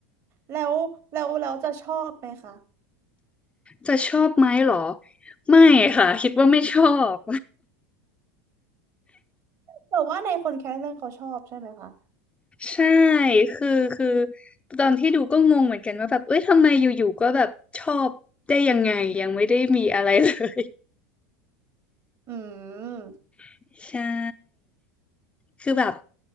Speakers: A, on the right (about 45°); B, on the left (about 15°).
A: แล้วแล้วเราจะชอบไหมคะ
B: จะชอบไหมเหรอไม่ค่ะคิดว่าไม่ชอบ
A: แต่ว่าในคนแคะเรื่องเขาชอบใช่ไหมคะ
B: ใช่คือคือตอนที่ดูก็งงเหมือนกันว่าแบบเอ้ยทำไมอยู่ๆก็แบบชอบได้ยังไงยังไม่ได้มีอะไรเลย
A: อืม
B: <laughs> ใช่ คือแบบ